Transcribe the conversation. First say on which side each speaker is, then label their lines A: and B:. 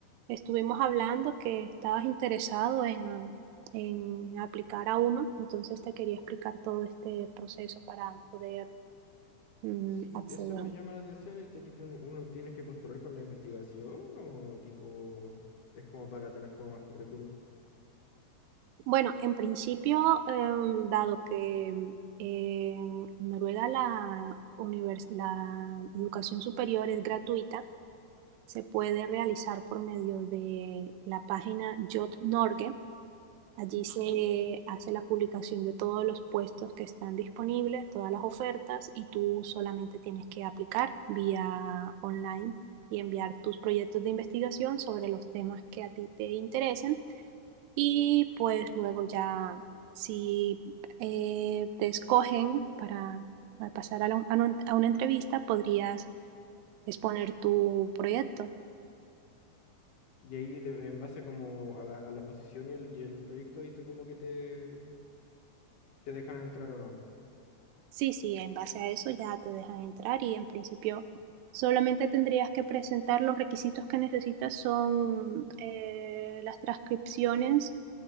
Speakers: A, on the right; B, on the left.
A: estuvimos hablando que estabas interesado en, en aplicar a uno, entonces te quería explicar todo este proceso para poder mm,
B: Sí,
A: acceder.
B: eso me llama la atención, este, que tiene- uno tienes que postular con la investigación o tipo... Es como para tener como más currículum.
A: Bueno, en principio, em, dado que mm, en Noruega la, univers- la educación superior es gratuita, se puede realizar por medio de la página Jot Norge. Allí se hace la publicación de todos los puestos que están disponibles, todas las ofertas y tú solamente tienes que aplicar vía online y enviar tus proyectos de investigación sobre los temas que a ti te interesen y pues luego ya si eh, te escogen para, para pasar a, la, a, un, a una entrevista podrías exponer tu proyecto.
B: Y ahí de- en base como a la, a la exposición y el, y el proyecto ahí te como que te, te dejan entrar o no.
A: Sí, sí, en base a eso ya te dejan entrar y en principio solamente tendrías que presentar los requisitos que necesitas son eh, las transcripciones